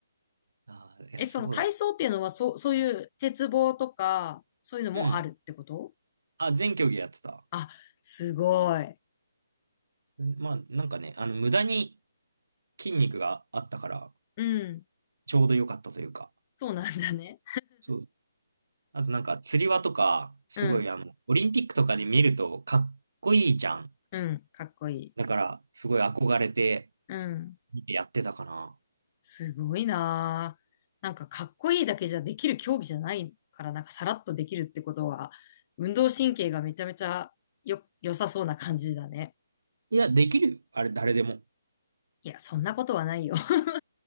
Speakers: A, on the right (about 80°); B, on the left (about 20°).
A: あー、いや、
B: え、その体操っていうのは、
A: そうだ。
B: そう、そういう鉄棒とか、そういうのもあるってこと
A: うん。あ、全競技やってた。
B: あ、すごい。
A: まあ、なんかね、あの、無駄に筋肉があったから、
B: うん。
A: ちょうど良かったというか。
B: そうなんだね。
A: そう。あとなんか、釣り輪とか、すごい、
B: うん。
A: あの、オリンピックとかで見ると、かっこいいじゃん。
B: うん。かっこいい。
A: だから、すごい憧れて、
B: うん。
A: 見てやってたかな。
B: すごいなぁ。なんかかっこいいだけじゃできる競技じゃないから、なんかさらっとできるってことは、運動神経がめちゃめちゃよ、良さそうな感じだね。
A: いや、できるよ。あれ、誰でも。
B: いや、そんなことはないよ。<laughs>